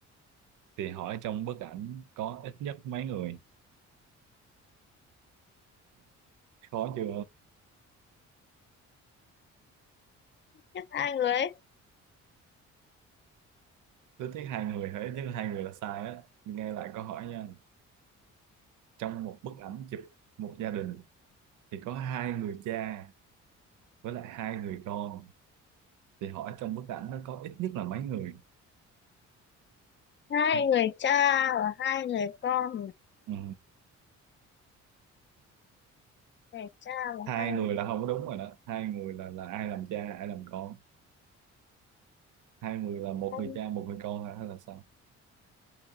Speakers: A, on the right; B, on the left.
A: thì hỏi trong bức ảnh có ít nhất mấy người khó chưa
B: Tiếp hai người.
A: ít nhất hai người hay ít nhất hai người là sai á nghe lại câu hỏi nha trong một bức ảnh chụp một gia đình thì có hai người cha với lại hai người con thì hỏi trong bức ảnh nó có ít nhất là mấy người
B: Hai
A: Ha,
B: người cha và hai người con.
A: ừ.
B: Người cha và
A: hai
B: hai người
A: người là không có đúng rồi đó hai người là là ai làm cha ai làm con hai người là một
B: con.
A: người cha một người con hả? hay là sao